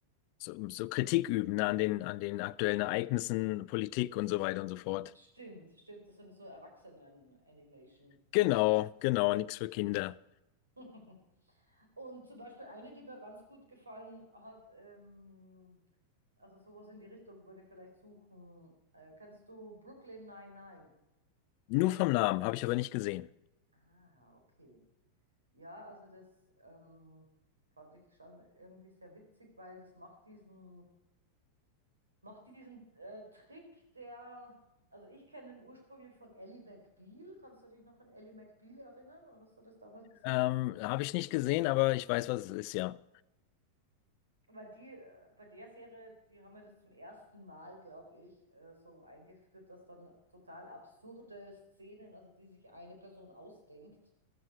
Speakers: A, on the left; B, on the right.
A: so, so Kritik üben, ne, an den, an den aktuellen Ereignissen, Politik und so weiter und so fort.
B: Stimmt, stimmt. Das sind so Erwachsenen-Animation.
A: Genau, genau, nichts für Kinder.
B: <laughs> Und zum Beispiel eine, die mir ganz gut gefallen hat, ähm, also sowas in die Richtung würde ich vielleicht suchen. Äh, kennst du Brooklyn 99?
A: Nur vom Namen, habe ich aber nicht gesehen.
B: Ah, okay. Ja, also das ähm, fand ich schon irgendwie sehr witzig, weil das macht diesen Macht diesen äh, Trick, der, also ich kenne den ursprünglich von Ally McBeal. Kannst du dich noch an Ally McBeal erinnern oder hast du das damals gesehen?
A: Ähm, habe ich nicht gesehen, aber ich weiß, was es ist, ja.
B: Weil die, äh, bei der Serie, die haben ja das zum ersten Mal, glaube ich, äh, so eingeführt, dass dann total absurde Szenen, also die sich eine Person ausdenkt,